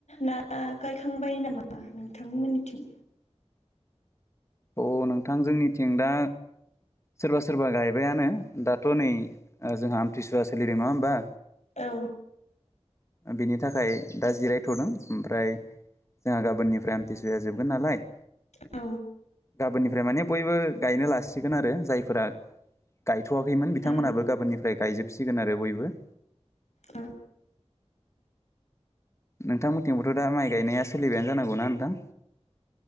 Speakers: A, on the left; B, on the left.
A: ना गायखांबाय नामा नोंथांमोननिथिं?
B: अ' नोंथां जोंनिथिं दा सोरबा सोरबा गायबायानो दाथ' नै जोंहा आमथिसुवा सोलिदों नङा होमबा?
A: औ
B: बिनि थाखाय दा जिरायथ'दों ओमफ्राय जोंहा गाबोननिफ्राय आमथिसुआ जोबगोन नालाय
A: औ
B: गाबोननिफ्राय माने बयबो गायनो लासिगोन आरो जायफोरा गायथ'वाखैमोन बिथांमोनाबो
A: उम
B: गाबोननिफ्राय गायजोबसिगोन आरो बयबो
A: औ
B: नोंथांमोनथिंबावथ' दा माइ गायनाया सोलिबायानो जानांगौ ना नोंथां?